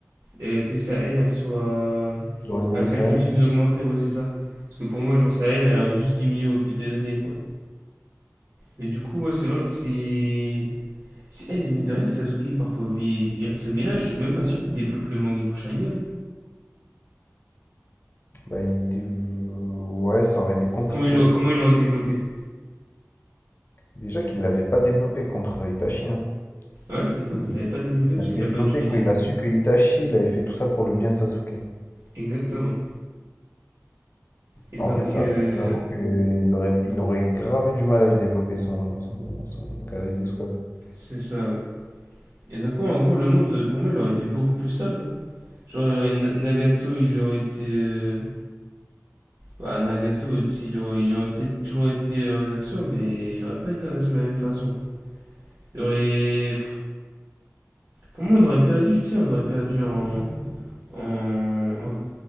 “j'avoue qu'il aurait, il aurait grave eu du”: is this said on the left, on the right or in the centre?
Left